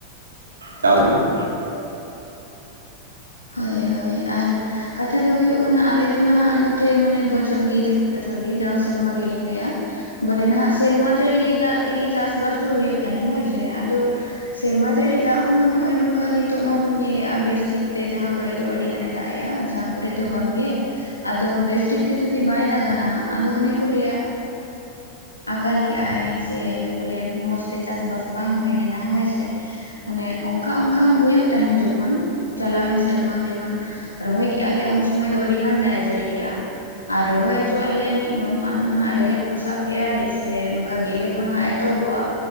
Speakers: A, on the right (about 75°); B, on the left (about 80°).
A: ᱪᱟᱸᱬ ᱦᱩᱭᱩᱜ ᱟ᱾
B: ᱦᱳᱭ ᱦᱳᱭ ᱟᱨ ᱠᱟᱛᱷᱟ ᱫᱚ ᱦᱩᱭᱩᱜ ᱠᱟᱱᱟ ᱟᱞᱮ ᱫᱚ ᱱᱟᱦᱟᱜ ᱱᱚᱛᱮ ᱢᱟᱱᱮ ᱵᱚᱪᱷᱚᱨ ᱜᱮ, ᱵᱚᱪᱷᱚᱨ ᱜᱮ ᱡᱟᱣ ᱥᱮᱨᱢᱟ ᱜᱮᱞᱤᱧ ᱞᱟᱹᱭ ᱮᱜᱼᱟ, ᱵᱚᱞᱮ ᱱᱟᱦᱟᱜ ᱥᱮᱨᱢᱟ ᱡᱟᱹᱲᱤ ᱫᱟᱜ ᱛᱮᱜᱮ, ᱪᱟᱥ ᱵᱟᱥ ᱫᱚ ᱦᱳᱭᱳᱜ ᱛᱟᱦᱮᱸᱱ ᱦᱳᱭ ᱥᱮ ᱟᱫᱚ ᱥᱮᱨᱢᱟ ᱡᱟᱹᱲᱤ ᱫᱟᱜ ᱦᱚᱸ ᱱᱚᱸᱜᱼᱚᱭ ᱱᱚᱝᱠᱟ, ᱱᱤᱛᱚᱜ ᱢᱟᱵᱚᱱ ᱧᱮᱞᱮᱜᱼᱟ, ᱵᱮᱥ ᱴᱷᱤᱠ ᱛᱮ ᱡᱟᱦᱟᱸ ᱠᱚᱨᱮ ᱫᱚ, ᱟᱹᱰᱤ ᱜᱟᱱᱮ ᱫᱟᱜ ᱮᱜᱼᱟ, ᱡᱟᱦᱟᱸ ᱠᱚᱨᱮ ᱫᱚ ᱵᱟᱝᱜᱮ᱾ ᱟᱫᱚ ᱵᱮᱥ ᱴᱷᱤᱠᱛᱮ ᱡᱩᱫᱤ ᱵᱟᱭ ᱫᱟᱜᱼᱟ, ᱱᱟᱸᱦᱜ ᱟᱫᱚ ᱚᱱᱮ ᱠᱚ ᱞᱟᱹᱭᱟ ᱟᱠᱟᱠᱟᱞ ᱠᱮᱜ ᱟᱭ, ᱥᱮ ᱵᱚᱞᱮ ᱢᱚᱡᱽ ᱛᱮ ᱪᱟᱥ ᱵᱟᱥ ᱵᱟᱝ ᱦᱳᱭ ᱞᱮᱱᱟ ᱦᱳᱭ ᱥᱮ ᱾ ᱢᱟᱱᱮ ᱚᱝᱠᱟ ᱚᱝᱠᱟ ᱦᱚᱸ ᱦᱳᱭᱳᱜ ᱛᱟᱦᱮᱱ ᱡᱚᱠᱷᱚᱱ ᱪᱟᱞᱟᱣᱮᱱ ᱥᱮᱨᱢᱟ, ᱡᱮᱢᱚᱱ ᱨᱚᱦᱚᱭ ᱠᱮᱜᱼᱟ, ᱞᱮ ᱩᱱ ᱥᱚᱢᱚᱭ ᱫᱚ ᱟᱹᱰᱤ ᱜᱟᱱ ᱫᱟᱜᱮ ᱡᱟᱹᱲᱤ ᱠᱮᱜᱼᱟ ᱾ ᱟᱨ ᱨᱚᱦᱚᱭ ᱦᱚᱪᱚᱣᱟᱜ ᱞᱮᱭᱟᱭ, ᱢᱤᱫ ᱫᱚᱢ ᱟᱫᱚ ᱱᱟᱦᱟᱜ ᱨᱮᱦᱮᱫ ᱠᱚ ᱥᱟᱵ ᱠᱮᱜᱟᱭ, ᱥᱮ ᱱᱚᱝᱠᱟ ᱜᱮᱞᱮ ᱠᱚ ᱱᱟᱦᱟᱜ ᱮᱛᱚᱦᱚᱵᱚᱜᱼᱟ,